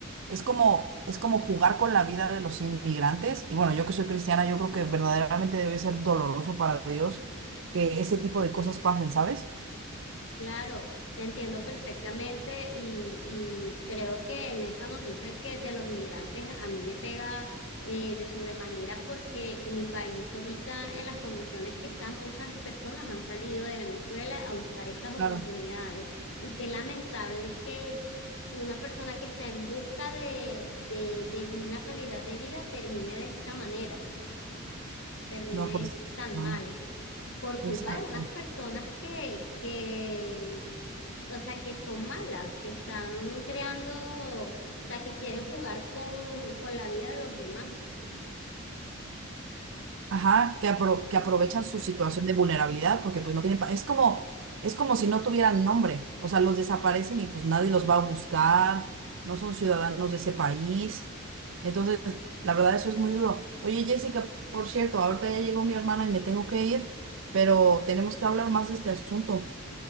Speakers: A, on the right; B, on the left.
A: es como, es como jugar con la vida de los inmigrantes y bueno, yo que soy cristiana, yo creo que verdaderamente debe ser doloroso para Dios que ese tipo de cosas pasen, ¿sabes?
B: Claro, te entiendo perfectamente y, y creo que en esa noticia que de los inmigrantes a mí me pega eh, de sobremanera porque mi país ahorita en las condiciones que están muchas personas han salido de Venezuela a buscar estas oportunidades
A: Claro.
B: y qué lamentable que una persona que está en busca de, de, de una calidad de vida termine de esta manera, termine
A: No, pues,
B: tan
A: no,
B: mal por
A: exacto.
B: culpa de unas personas que, que o sea, que son malas, que están creando, o sea, que quieren jugar con, con la vida de los demás.
A: Ajá, que, apro-
B: Eh,
A: que aprovechan su situación de vulnerabilidad porque pues no tienen, pa- es como, es como si no tuvieran nombre, o sea, los desaparecen y pues nadie los va a buscar, no son ciudadanos de ese país. Entonces, la verdad, eso es muy duro. Oye, Jessica, por cierto, ahorita ya llegó mi hermana y me tengo que ir, pero tenemos que hablar más de este asunto.